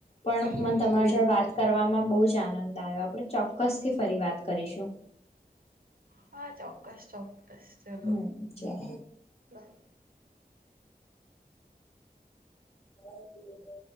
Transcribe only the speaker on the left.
પણ
મને તમારા
જોડ વાત કરવામાં બહુ જ આનંદ દાયો આપણે ચોક્કસ થી ફરી વાત કરીશું
હમ ચાલ
જરા જુલે